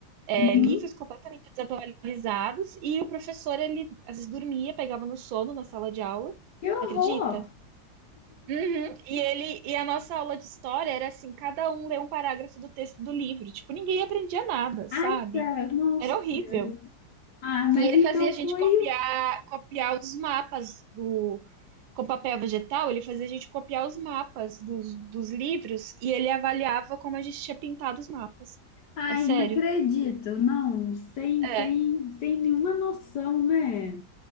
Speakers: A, on the right (about 80°); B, on the left (about 65°).
A: É,
B: Uhum.
A: livros completamente desatualizados, e o professor, ele às vezes dormia, pegava no sono na sala de aula,
B: Que
A: acredita?
B: horror!
A: Uhum. E ele, e a nossa aula de história era assim, cada um lê um parágrafo do texto do livro. Tipo, ninguém aprendia nada, sabe?
B: Ai, cara, nossa
A: Era horrível.
B: senhora. Ah, mas
A: E ele
B: então
A: fazia a
B: foi.
A: gente copiar, copiar os mapas do, com papel vegetal, ele fazia a gente copiar os mapas dos, dos livros e ele avaliava como a gente tinha pintado os mapas.
B: Ai,
A: É sério.
B: não acredito. Não, sem,
A: É,
B: sem, sem nenhuma noção, né?